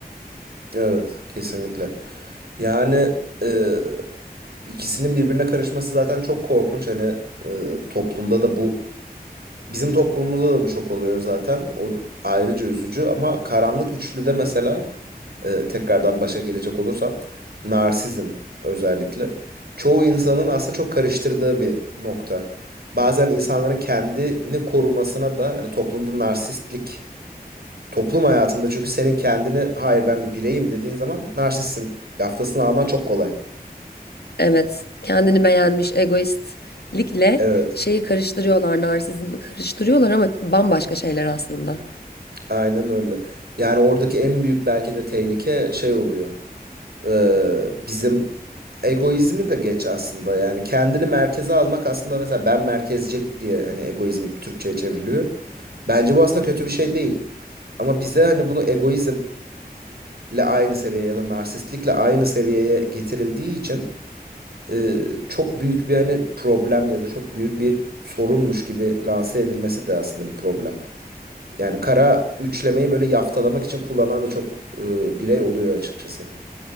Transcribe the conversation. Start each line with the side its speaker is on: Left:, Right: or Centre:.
Right: Evet, kesinlikle. Yani e, ikisinin birbirine karışması zaten çok korkunç. Hani e, toplumda da bu bizim toplumumuzda da bu çok oluyor zaten. O ayrıca üzücü ama karanlık üçlüde mesela e, tekrardan başa gelecek olursam narsizm özellikle çoğu insanın aslında çok karıştırdığı bir nokta. Bazen insanların kendini korumasına da hani toplumda narsistlik toplum hayatında çünkü senin kendini hayır ben bir bireyim dediğin zaman narsistsin yaftasını alman çok kolay.
Left: Evet, kendini beğenmiş egoistlikle
Right: Evet,
Left: şeyi karıştırıyorlar, narsizmi karıştırıyorlar ama bambaşka şeyler aslında.
Right: aynen öyle. Yani oradaki en büyük belki de tehlike şey oluyor. Ee, bizim egoizmi de geç aslında. Yani kendini merkeze almak aslında mesela ben merkezcil diye hani egoizm Türkçe'ye çevriliyor. Bence bu aslında kötü bir şey değil. Ama bize hani bunu egoizmle aynı seviyeye ya da narsistlikle aynı seviyeye getirildiği için e, çok büyük bir hani problem ya da çok büyük bir sorunmuş gibi lanse edilmesi de aslında bir problem. Yani kara üçlemeyi böyle yaftalamak için kullanan da çok e, birey oluyor açıkçası.